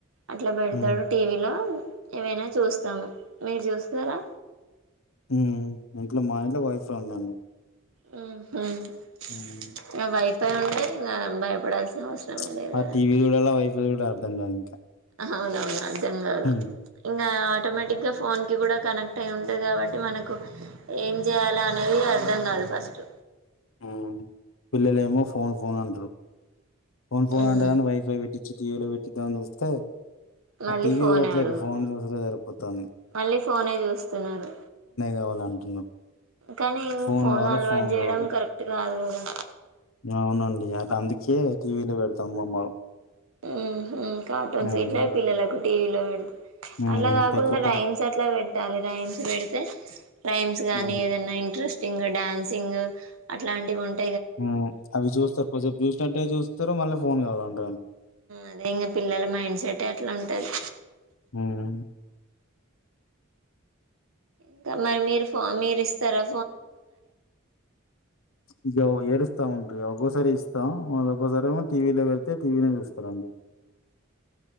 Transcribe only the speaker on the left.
హ్మ్.
మ్మ్ ఇంట్లో మా ఇంట్లో వైఫై ఉందండి
హ్మ్.
ప్చ్ ఆ
టీవీ చూడాలా వైఫై చూడాలా అర్థం కాదు ఇంకా
హ్మ్.
మ్మ్ పిల్లలేమో ఫోన్ ఫోన్ అంటారు ఫోన్ ఫోన్
ఆంటారని వైఫై పెట్టించి టీవీలో పెట్టిద్దామని చూస్తే
ఆ టీవీ
చూడట్లేదు
ఫోన్ చూసుడే సరిపోతంది
కావాలంటున్నారు.
ఫోను
కావాలా,
ఫోను
కావాలా.
అవునండి అది అందుకే టీవీలో పెడతాం బొమ్మలు
హ్మ్.
హ్మ్.
పెంకపో
హ్మ్.
మ్ అవి చూస్తారు కొద్దిసేపు చూసినట్టే చూస్తారు మళ్ళీ ఫోన్ కావాలంటరు
హ్మ్.
ఇగ ఏడుస్తా ఉంటడు ఒక్కోసారి ఇస్తాం ఒక్కోసారి టీవీ లో పెడితే టీవీని చూస్తారండి